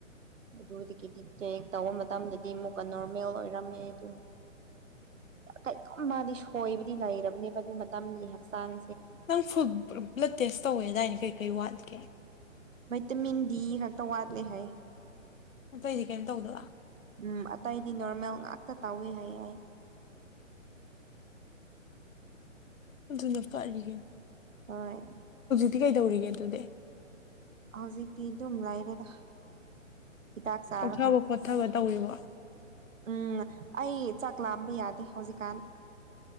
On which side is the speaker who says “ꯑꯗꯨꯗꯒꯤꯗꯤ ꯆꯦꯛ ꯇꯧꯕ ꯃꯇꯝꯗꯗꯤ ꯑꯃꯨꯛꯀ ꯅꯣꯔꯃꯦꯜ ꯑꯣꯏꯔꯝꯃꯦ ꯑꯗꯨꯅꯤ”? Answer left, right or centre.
Right